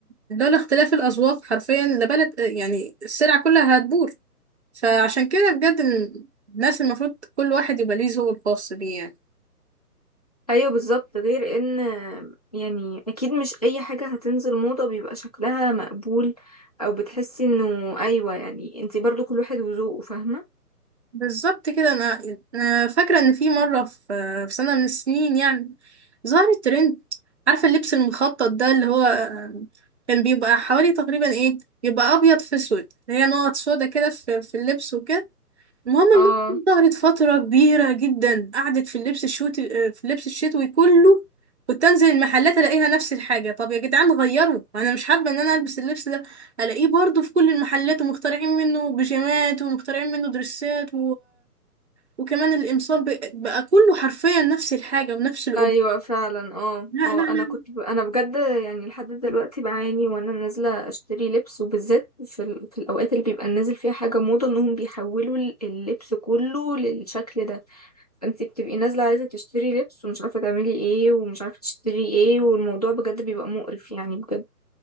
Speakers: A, on the right (about 45°); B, on the left (about 25°).
A: لولا اختلاف الأذواق حرفيا لبلد يعني السلع كلها هتبور فعشان كده بجد الناس المفروض كل واحد يبقى ليه ذوقه الخاص بيه يعني
B: ايوه بالظبط غير ان يعني اكيد مش اي حاجة هتنزل موضة بيبقى شكلها مقبول او بتحسي انه ايوه يعني انتي برضو كل واحد وذوقه فاهمة
A: بالظبط كده انا أنا فاكره ان في مره في في سنه من السنين يعني ظهر الترند عارفه اللبس المخطط ده اللي هو كان بيبقى حوالي تقريبا ايه بيبقى ابيض في اسود اللي هي نقط سودا كده في في اللبس وكده المهم الموضة
B: اه
A: دي ظهرت فتره كبيره جدا قعدت في اللبس الشوت في اللبس الشتوي كله كنت انزل المحلات الاقيها نفس الحاجه طب يا جدعان غيروا انا مش حابه ان انا البس اللبس ده الاقيه برضو في كل المحلات ومخترعين منه بيجامات ومخترعين منه دريسات وكمان الإمصار بق- بقى كله حرفيا نفس الحاجة ونفس الأمور
B: ايوه فعلا اه
A: لا
B: اه
A: لا لا
B: انا كنت ب... انا بجد يعني لحد دلوقتي بعاني وانا نازله اشتري لبس وبالذات في ال... في الاوقات اللي بيبقى نازل فيها حاجه موضه انهم بيحولوا ال- اللبس كله للشكل ده فانت بتبقي نازله عايزه تشتري لبس ومش عارفه تعملي ايه ومش عارفه تشتري ايه والموضوع بجد بيبقى مقرف يعني بجد